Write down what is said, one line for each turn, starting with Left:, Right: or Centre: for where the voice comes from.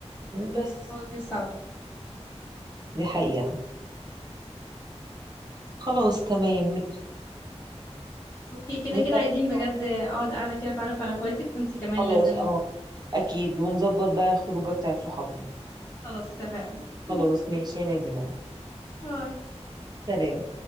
Right: بس
Left: هو جيل صعب
Right: دي حقيقة خلاص تمام ماشي
Left: اوكي كده
Right: نكمل
Left: كده عايزين بجد اقعد قاعدة كده اتعرف على اخواتك وانتي كمان
Right: خلاص
Left: لازم
Right: اه اكيد ونظبط بقى الخروجه بتاعت صحابنا
Left: خلاص اتفقنا <laughs>
Right: خلاص ماشي يا نادين
Left: باي
Right: سلام